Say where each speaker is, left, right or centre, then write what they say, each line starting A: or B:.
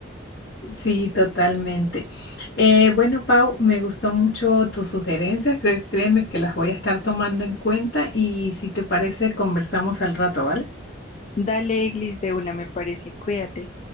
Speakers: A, on the left; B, on the left.
A: Sí, totalmente. Eh, bueno, Pau, me gustó mucho tus sugerencias, cre- créeme que las voy a estar tomando en cuenta y si te parece, conversamos al rato, ¿vale?
B: Dale, Eglis, de una, me parece, cuídate.